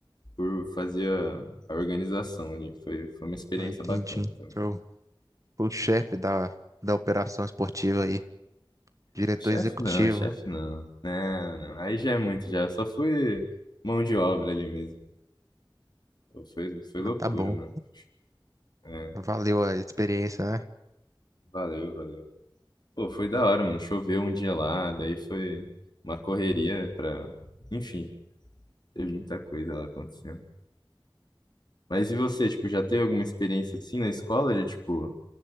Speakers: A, on the left; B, on the right.
A: por fazer a, a organização ali. Foi, foi uma experiência
B: Ah, entendi.
A: bacana também.
B: Eu fui o chefe da, da operação esportiva aí, diretor
A: Chefe
B: executivo.
A: não, chefe não. Não, não. Aí já é muito, já. Eu só fui mão de obra ali mesmo. Pô, Foi, foi
B: Mas
A: loucura,
B: Tá bom.
A: mano. É,
B: Valeu a experiência, né?
A: valeu, valeu. Pô, foi da hora, mano. Choveu um dia lá, daí foi uma correria pra. Enfim, teve muita coisa lá acontecendo. Mas e você, tipo, já teve alguma experiência assim na escola de, tipo,